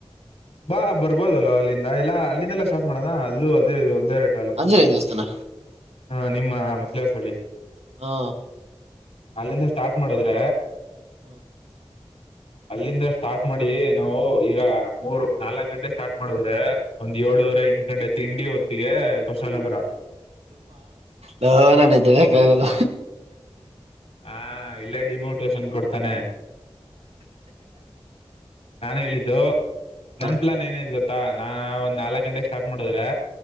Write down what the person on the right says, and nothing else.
ಆಂಜನೇಯನ್ ದೇವಸ್ಥಾನ.
ಹಾ
ಹ್ಮ
ಹ ನಾನ್ದೆ ಯಾಗಲ್ಲ
ಹ